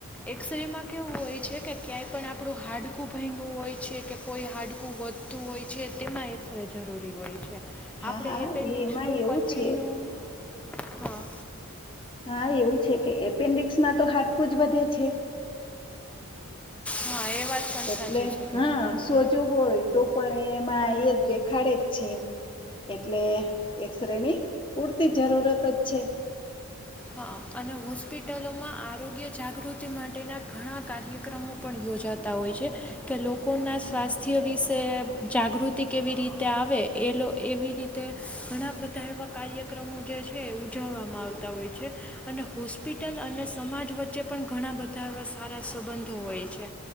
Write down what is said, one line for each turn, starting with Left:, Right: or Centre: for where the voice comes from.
Centre: એક્સરે માં કેવું હોય છે કે ક્યાંય પણ આપણું હાડકું ભાગું હોય છે કે કોઈ હાડકું વધતું હોય છે તેમાં એક્સરે જરૂરી હોય છે
Left: હા
Centre: આપણે
Left: હા
Centre: એપેન્ડિક્સનું
Left: એ એમાં એવું
Centre: પથરીનું
Left: છે
Centre: હા
Left: હા એવું છે કે એપેન્ડિક્સમાં તો હાટકું જ વધે છે
Centre: હા એ વાત પણ
Left: એટલે
Centre: સાચી છે તમારી
Left: હા સોજો હોય તો પણ એમાં એ જ દેખાડે જ છે એટલે એક્સરે ની પૂરતી જરૂરત જ છે
Centre: હા અને હોસ્પિટલોમાં આરોગ્ય જાગૃતિ માટેના ઘણા કાર્યક્રમો પણ યોજાતા હોય છે કે લોકોના સ્વાસ્થ્ય વિશે જાગૃતિ કેવી રીતે આવે એ એવી રીતે ઘણા બધા એવા કાર્યક્રમો જે છે ઉજવવામાં આવતા હોય છે છે અને હોસ્પિટલ અને સમાજ વચ્ચે પણ ઘણા બધા એવા સારા સંબંધો હોય છે